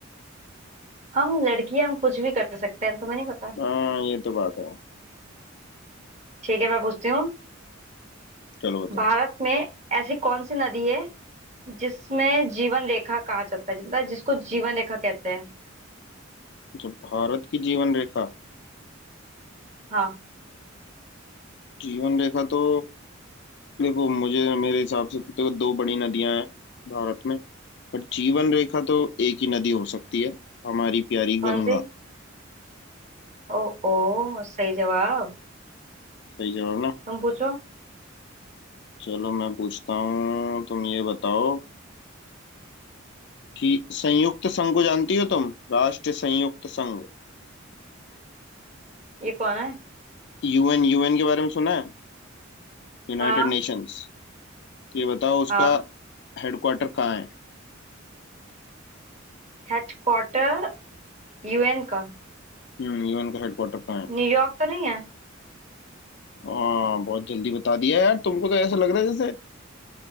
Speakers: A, on the right (about 35°); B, on the left (about 60°).
A: हम लड़कियां हम कुछ भी कर सकते हैं तुम्हें नहीं पता
B: हाँ ये तो बात है
A: ठीक है मैं पूछती हूँ
B: चलो बताओ
A: भारत में ऐसी कौन सी नदी है जिसमें जीवन रेखा कहा जाता है मतलब जिसको जीवन रेखा कहते हैं
B: जब भारत की जीवन रेखा
A: हाँ
B: जीवन रेखा तो देखो मुझे मेरे हिसाब से तो दो बड़ी नदियां हैं भारत में पर जीवन रेखा तो एक ही नदी हो सकती है हमारी प्यारी
A: कौन
B: गंगा
A: सी ओ ओ सही जवाब
B: सही जवाब ना
A: तुम पूछो
B: चलो मैं पूछता हूँ तुम ये बताओ कि संयुक्त संघ को जानती हो तुम राष्ट्र संयुक्त संघ
A: ये कौन है
B: यूएन यूएन के बारे में सुना है United
A: हाँ
B: Nations ये बताओ उसका
A: हाँ
B: हेडक्वार्टर कहाँ है
A: हेडक्वार्टर यूएन का
B: हम्म यूएन का हेडक्वार्टर कहाँ है
A: न्यूयॉर्क तो नहीं है
B: हाँ बहुत जल्दी बता दिया यार तुमको तो ऐसा लग रहा है जैसे